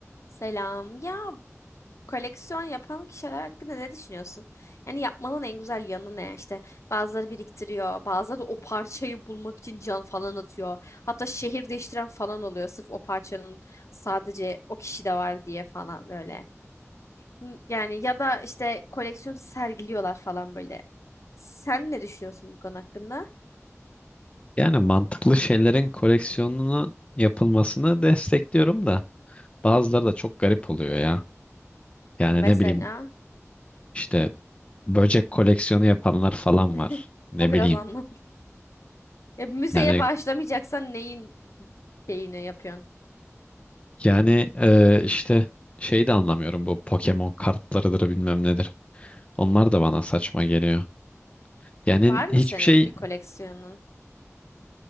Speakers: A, on the left; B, on the left.
A: Selam. Ya koleksiyon yapan kişiler hakkında ne düşünüyorsun? Yani yapmanın en güzel yanı ne? İşte bazıları biriktiriyor, bazıları da o parçayı bulmak için can falan atıyor. Hatta şehir değiştiren falan oluyor sırf o parçanın sadece o kişide var diye falan böyle. Hı, Yani ya da işte koleksiyonu sergiliyorlar falan böyle. Sen ne düşünüyorsun bu konu hakkında?
B: Yani mantıklı şeylerin koleksiyonunu yapılmasını destekliyorum da bazıları da çok garip oluyor ya. Yani
A: Mesela
B: ne bileyim işte böcek koleksiyonu yapanlar falan
A: <laughs>
B: var. Ne
A: bu biraz
B: bileyim.
A: anlam. Ya müzeye
B: Yani
A: bağışlamayacaksan neyin şeyini yapıyorsun?
B: yani e, işte şeyi de anlamıyorum bu Pokemon kartlarıdır bilmem nedir. Onlar da bana saçma geliyor. Yani
A: Var
B: hiçbir
A: mı senin
B: şey
A: bir koleksiyonun?